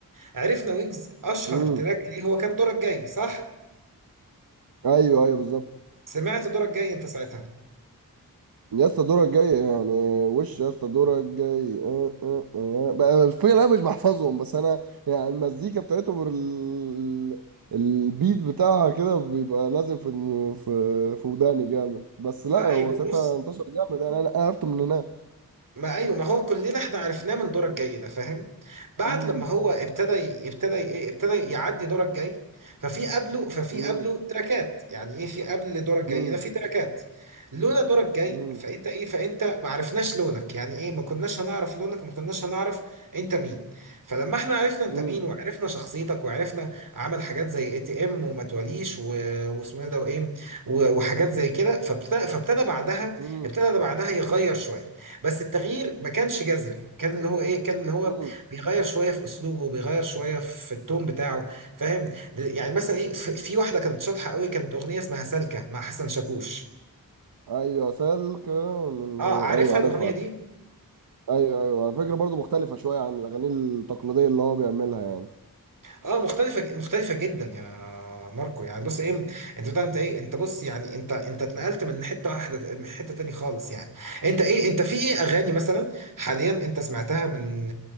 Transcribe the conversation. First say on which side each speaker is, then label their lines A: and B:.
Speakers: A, on the right; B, on the right.
A: عرفنا ويجز اشهر
B: امم
A: تراك ليه هو كان دورك جاي صح
B: ايوه ايوه بالظبط
A: سمعت دورك جاي انت ساعتها
B: يا اسطى دورك جاي يعني وش يا اسطى دورك جاي أه أه أه. بقى الفكرة انا مش بحفظهم بس انا يعني المزيكا بتاعتهم وال- البيت بتاعها كده بيبقى لازم في في في وداني جامد بس لا
A: ما
B: هو
A: ايوه
B: ساعتها
A: بص
B: انتشر جامد يعني انا أنا عرفته من هناك
A: ما ايوه ما هو كلنا احنا عرفناه من دورة الجاي ده فاهم بعد
B: امم
A: لما هو ابتدى ي- ابتدى ي- ايه ابتدى يعدي دورة الجاي ففي قبله ففي
B: مم.
A: قبله تراكات يعني ايه في قبل دورة الجاي
B: مم.
A: ده في تراكات لولا دورة الجاي
B: مم.
A: فانت ايه فانت ما عرفناش لونك يعني ايه ما كناش هنعرف لونك ما كناش هنعرف انت مين فلما احنا عرفنا انت
B: مم.
A: مين وعرفنا شخصيتك وعرفنا عمل حاجات زي اي تي ام وما تواليش و- واسمه إيه ده وايه و- وحاجات زي كده فابتدى فابتدى بعدها
B: مم.
A: ابتدى بعدها يغير شوية بس التغيير ما كانش جذري كان اللي هو ايه كان اللي هو
B: مم.
A: بيغير شويه في اسلوبه بيغير شويه في التون بتاعه فاهم يعني مثلا ايه في في واحده كانت شاطحه قوي كانت اغنيه اسمها سالكه مع حسن شاكوش
B: ايوه سلك من
A: اه
B: هو-
A: عارفها
B: ايوه عارفها
A: الاغنيه دي
B: ايوه ايوه على فكره برضو مختلفه شويه عن الاغاني التقليديه اللي هو بيعملها يعني
A: اه مختلفة ج- مختلفة جدا يا ماركو يعني بص ايه انت بتاع انت ايه انت بص يعني انت انت اتنقلت من حتة واحدة من حتة تاني خالص يعني انت ايه انت في ايه اغاني مثلا حاليا انت سمعتها من